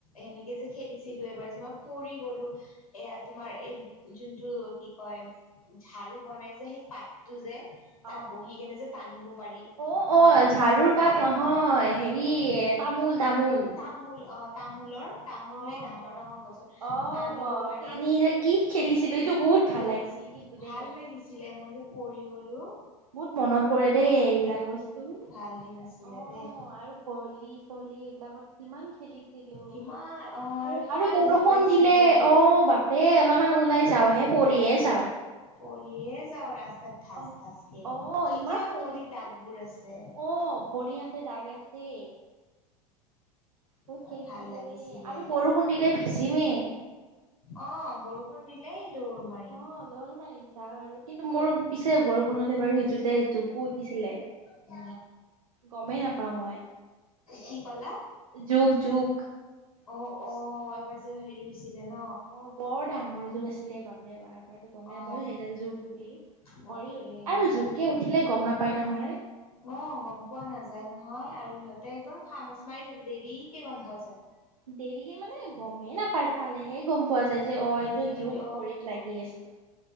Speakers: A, on the left; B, on the right.
A: এনেকে যে খেলিছিলোঁ এবাৰ যে মই পৰি গলোঁ, এয়া তোমাৰ এই যোনটো কি কয় ঝাৰু বনাই যে সেই পাতটো যে। তাত
B: অ
A: বহি কেনে যে টানিব পাৰি
B: অ
A: মানে
B: অ
A: ডাঙৰ
B: ঝাৰুৰ পাত
A: ডাল
B: নহয়
A: ডাল।
B: হেৰি তামোল তামোল
A: এ তামোল অ তামোলৰ। তামোলে
B: অ
A: ডাঙৰ ডাঙৰ গছৰ
B: অ
A: টানিব পাৰি,
B: টানি যে কি খেলিছিলো এইটো বহুত
A: খেদিছে।
B: ভাল লাগিছিল কিন্তু দেই
A: ভাল লাগিছিলে মই যে পৰি গলোঁ।
B: বহুত মনত পৰে দেই এইবিলাক বস্তু। অ
A: ভাল দিন আছিলে
B: আৰু
A: দেই
B: হলি চলি এইবিলাকত কিমান খেলিছিলোঁ।
A: কিমান অ
B: আৰু
A: কিমান
B: আৰু বৰষুণ
A: দুখ পাইছিলো
B: দিলে অ বাপে অলপমান ওলাই যাওঁহে পৰিয়ে যাওঁ।
A: পৰিয়ে যাওঁ ৰাস্তাত ঠাচ
B: অ
A: ঠাচ কে,
B: অ ইমান
A: এতিয়াওঁ
B: পৰিছিলো
A: ভৰিৰ দাগবোৰ আছে।
B: অ ভৰি হাতে দাগ আছে। বহুত
A: ইমান
B: খেলিছিলোঁ
A: ভাল লাগিছিলে
B: দেই আৰু বৰষুণ দিলে ভিজিমেই।
A: অ বৰষুণ দিলেই দৌৰ মাৰিম।
B: অ দৌৰ মাৰিম আৰু কিন্তু মোৰ পিছে বৰষুণত বাৰু সিজোতে জুকো উঠিছিলে।
A: অ।
B: গমেই নাপাওঁ মই,
A: কি ক'লা?
B: জোক জোক
A: অ অ এইবাৰ যে হেৰি হৈছিলে ন
B: অ বৰ ডাঙৰ জোক আছিলে বাপ ৰে বাপ। মইতো গমেই
A: অ
B: নাপাওঁ সেইডাল জুক বুলি
A: বাপৰে
B: কৰি আৰু জোকে
A: ভয়
B: উঠিলে
A: লাগে।
B: গম নাপায় নহয়।
A: অ গম পোৱা নাযায় নহয় আৰু সিহঁতে একদম খামুচ মাৰি ধৰে দেৰিকে গম পোৱা যায়।
B: দেৰিকে মানে গমেই নাপাই, খালেহে গম পোৱা যা তাৰ পিছত অ এইটো
A: সেইটো
B: জোক ভৰিত লাগি আছে।